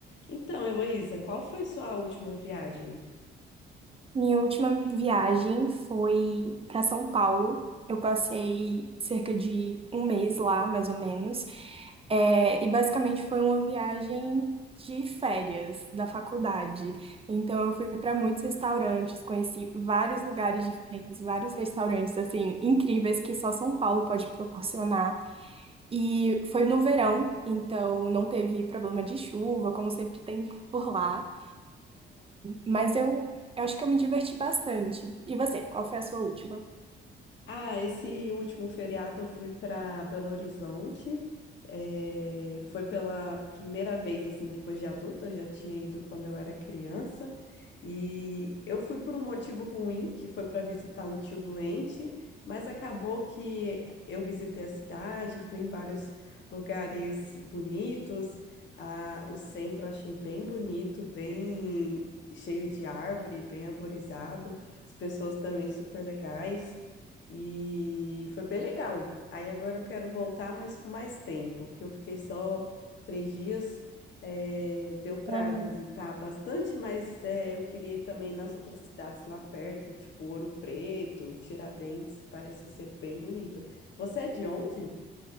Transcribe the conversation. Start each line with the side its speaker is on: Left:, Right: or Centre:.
Left: Então, Heloísa, qual foi sua última viagem?
Right: Minha última viagem foi para São Paulo. Eu passei cerca de um mês lá, mais ou menos. É, e basicamente foi uma viagem de férias da faculdade. Então eu fui para muitos restaurantes, conheci vários lugares diferentes, vários restaurantes assim incríveis que só São Paulo pode proporcionar. E foi no verão, então não teve problema de chuva, como sempre tem <laughs> por lá. Mas eu, eu acho que eu me diverti bastante. E você, qual foi a sua última?
Left: Ah, esse último feriado eu fui para Belo Horizonte. eh, foi pela primeira vez, assim, depois de adulta. Eu já tinha ido quando eu era criança. E eu fui por um motivo ruim, que foi para visitar um tio doente, mas acabou que eu visitei a cidade, fui em vários lugares bonitos. Ah, o centro eu achei bem bonito, bem cheio de árvore, bem arborizado. As pessoas também super legais. E foi bem legal. Aí agora eu quero voltar, mas com mais tempo, que eu fiquei só três dias. eh, deu para
Right: Ah,
Left: visitar bastante, mas eh, eu queria ir também nas outras cidades lá perto, tipo Ouro Preto, Tiradentes, parece ser bem bonito. Você é de onde?